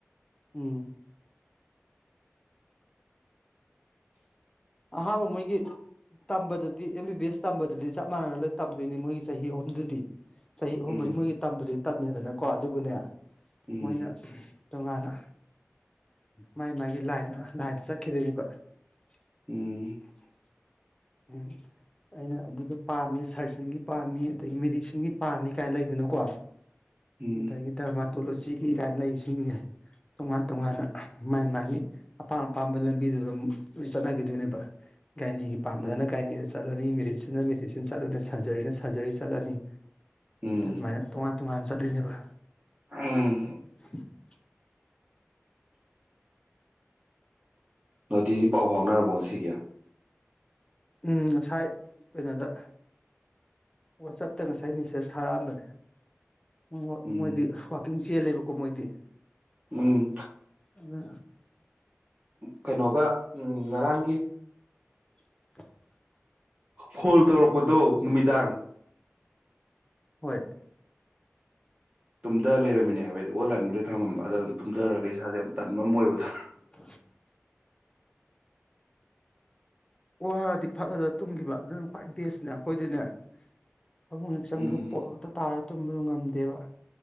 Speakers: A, on the left (about 20°); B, on the right (about 30°).
A: ꯎꯝ ꯑꯍꯥꯟꯕ ꯃꯣꯏꯒꯤ ꯇꯝꯕꯗꯗꯤ ꯑꯦꯝ ꯕꯤ ꯕꯤ ꯑꯦꯁ ꯇꯝꯕꯗꯗꯤ ꯆꯞ ꯃꯥꯟꯅꯅ ꯂꯣꯏ ꯇꯝꯗꯣꯏꯅꯤ ꯃꯣꯏꯒꯤ ꯆꯍꯤ ꯑꯍꯨꯝꯗꯨꯗꯤ ꯆꯍꯤ ꯑꯍꯨꯝ
B: ꯎꯝ
A: ꯃꯔꯤ ꯃꯣꯏꯒꯤ ꯇꯝꯕꯗꯨꯗꯤ ꯇꯝꯃꯦꯗꯅꯀꯣ ꯑꯗꯨꯒꯅꯦ
B: ꯎꯝ
A: ꯃꯣꯏꯅ ꯇꯣꯉꯥꯟꯅ ꯃꯥꯏ ꯃꯥꯏꯒꯤ ꯂꯥꯏꯟꯗ ꯂꯥꯏꯟꯗ ꯆꯠꯈꯤꯗꯣꯔꯤꯕ <inaudible>
B: ꯎꯝ
A: ꯎꯝ ꯑꯩꯅ ꯑꯗꯨꯗ ꯄꯥꯝꯃꯦ ꯁꯥꯔꯖꯟꯒꯤ ꯄꯥꯝꯃꯤ ꯑꯗꯒꯤ ꯃꯦꯗꯤꯁꯤꯟꯒꯤ ꯄꯥꯝꯃꯤ ꯀꯥꯏꯅ ꯂꯩꯗꯅꯀꯣ
B: ꯎꯝ
A: ꯗꯩꯒꯤ ꯗꯔꯃꯥ ꯇꯣꯂꯣꯖꯤꯒꯤ ꯀꯥꯏꯅ ꯂꯩꯖꯤꯡꯖꯦ ꯇꯣꯉꯥꯟ ꯇꯣꯉꯥꯟꯅ ꯃꯥꯥꯏ ꯃꯥꯒꯤ ꯑꯄꯥꯝ ꯑꯄꯥꯝꯕ ꯂꯝꯕꯤꯗꯨ ꯑꯗꯨꯝ ꯂꯣꯏ ꯆꯠꯅꯒꯤꯗꯣꯏꯅꯦꯕ ꯒꯥꯏꯅꯤ ꯄꯥꯝꯅꯅ
B: ꯎꯝ
A: ꯒꯥꯏꯅꯤꯁ ꯆꯠꯂꯅꯤ ꯃꯦꯗꯤꯁꯤꯟꯅ ꯃꯦꯗꯤꯁꯤꯟ ꯆꯠꯂꯅꯤ ꯁꯖꯔꯤꯅ ꯁꯖꯔꯤ ꯆꯠꯂꯅꯤ
B: ꯎꯝ
A: ꯑꯗꯨꯃꯥꯏꯅ ꯇꯣꯉꯥꯟ ꯇꯣꯉꯥꯟ ꯆꯠꯂꯤꯅꯦꯕ
B: ꯎꯝ
A: <inaudible>
B: ꯅꯣꯇꯤꯗꯤ ꯄꯥꯎ ꯐꯥꯎꯅꯔꯕꯣ ꯉꯁꯤꯒꯤ
A: ꯎꯝ ꯉꯁꯥꯏ ꯀꯩꯅꯣꯗ ꯋꯥꯆꯞꯇ ꯉꯁꯥꯏ ꯃꯦꯁꯦꯖ ꯊꯥꯔꯛꯑꯝꯕꯅꯦ ꯃꯣ
B: ꯎꯝ
A: ꯃꯣꯏꯗꯤ ꯋꯥꯀꯤꯡ ꯆꯦꯜꯂꯦꯕꯀꯣ ꯃꯣꯏꯗꯤ
B: ꯎꯝ
A: ꯑꯗꯨ
B: ꯀꯩꯅꯣꯒ ꯎꯝ ꯉꯔꯥꯡꯒꯤ
A: <inaudible>
B: ꯐꯣꯜ ꯇꯧꯔꯛꯄꯗꯣ ꯅꯨꯃꯤꯗꯥꯡ
A: ꯍꯣꯏ
B: ꯇꯨꯝꯗ ꯂꯩꯔꯝꯃꯤꯅꯦ ꯍꯥꯏꯕ ꯑꯩꯗꯤ ꯑꯣꯟꯂꯥꯏꯟꯕꯨꯗꯤ ꯊꯃꯝꯕ ꯑꯗ ꯑꯗꯨꯝ ꯇꯨꯝꯗꯔꯒ ꯏꯁꯥꯖꯦ ꯌꯥꯝ ꯇꯟꯕ ꯑꯃ ꯑꯣꯏꯕꯗꯣ
A: <inaudible> ꯋꯥꯔꯗꯤ ꯐꯠ ꯍꯦꯛꯇ ꯇꯨꯝꯒꯤꯕ ꯑꯗꯨꯅ ꯈ꯭ꯋꯥꯏ ꯕꯦꯁꯅꯦ ꯑꯈꯣꯏꯗꯤꯅꯦ ꯐꯃꯨꯡ ꯍꯦꯛ ꯆꯪꯕ
B: ꯎꯝ
A: ꯄꯣꯞ ꯍꯦꯛꯇ ꯇꯥꯔ ꯇꯨꯝꯕꯗꯨ ꯉꯝꯗꯦꯕ